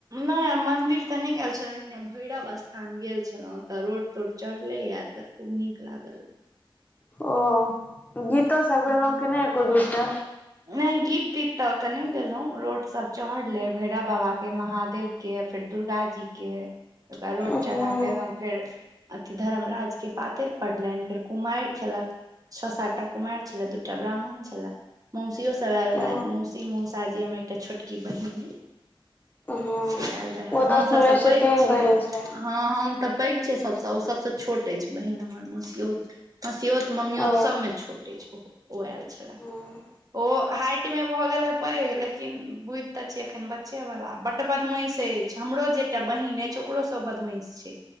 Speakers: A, on the right; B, on the left.
A: नहि मंन्दिर तऽ नहि गेल छलो भैरव स्थान गेल छलहुं तऽ रोड तोड चढ़ले या ते खूब नीक लागल
B: ओ गीता सब गेलहु
A: हूँ
B: कि नहि एको दू टा
A: नहि गीत तीत तऽ ओते नहि गेलहुं रोट सब चढ़ले भैराव बाबा के महादेव के फेर दुर्गा जी के ओकरा रोड
B: उहूं
A: चढ़ा के फेर अथि धर्मराज के पातैर पड़लनि फेर कुमारि खेलक छ सात टा कुमारि छले दूटा ब्राह्मण छले मौसियो सब आयल रहथि
B: ओ
A: मौसी मौसाजी हमर एकटा छोटा की बहिने
B: हँ
A: से आयल रहे
B: ओ
A: हम
B: तऽ
A: सब
B: सुनै
A: से पैघ
B: तीन
A: छियै
B: बहिन छथि
A: हँ हम तऽ पैक छीयै सबसे ओ सबसे छोट अछि बहिन हमर मसियो मसियो मसियोत मम्मीऔ
B: ओ
A: सब मे छोटे छै ओ ओ आयल छले
B: हँ
A: ओ हा मे भऽ गेल है पैघ लेकिन बुद्धि तऽ छै एखन बच्चे वाला बट बदमाश अछि हमरो जे एक टा बहिन अछि औकरो स ओ बदमश छै